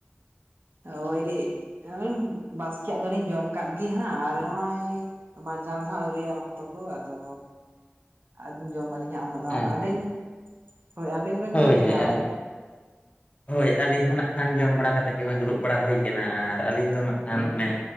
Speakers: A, on the right; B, on the left.
A: ᱟᱹᱣᱨᱤ ᱳᱭ ᱵᱟᱥᱠᱮ ᱫᱚᱞᱤᱧ ᱡᱚᱢ ᱠᱟᱫ ᱜᱮᱭᱟ ᱦᱟᱸᱜ ᱟᱨ ᱱᱚᱜᱼᱚᱭ ᱟᱢᱟᱜ ᱡᱟᱱᱫᱷᱟᱣ ᱟᱣᱨᱤᱭᱟᱜ ᱚᱠᱛᱚ ᱠᱚ ᱟᱫᱚ ᱟᱫᱚ ᱡᱚᱢ ᱟᱹᱞᱤᱧ ᱦᱟᱸᱜ ᱚᱱᱟ ᱫᱟᱸᱜ᱾
B: ᱟᱪᱪᱷᱟ ᱟᱪᱪᱷᱟ
A: ᱟᱹᱵᱤᱱ ᱦᱳᱭ ᱟᱵᱤᱱ ᱵᱮᱱ
B: ᱦᱳᱭ
A: ᱡᱚᱢ ᱠᱮᱜᱼᱟ?
B: ᱦᱳᱭ ᱟᱹᱞᱤᱧ <inaudible> ᱦᱳᱭ ᱟᱹᱞᱤᱧ ᱦᱚᱸ ᱱᱟᱜ ᱠᱷᱟᱱ ᱡᱚᱢ ᱵᱟᱲᱟ ᱠᱟᱛᱮᱜ ᱜᱮ ᱫᱩᱲᱩᱵ ᱵᱟᱲᱟ ᱦᱩᱭᱩ ᱠᱟᱱᱟ ᱟᱨ ᱟᱹᱞᱤᱧ ᱫᱚ ᱱᱟᱜ ᱠᱷᱟᱱ ᱚᱱᱮ